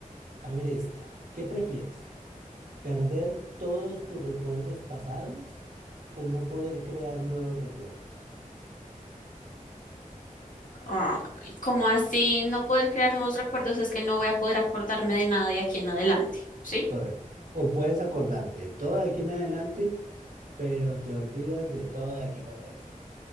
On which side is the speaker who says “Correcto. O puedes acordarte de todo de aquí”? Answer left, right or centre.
Right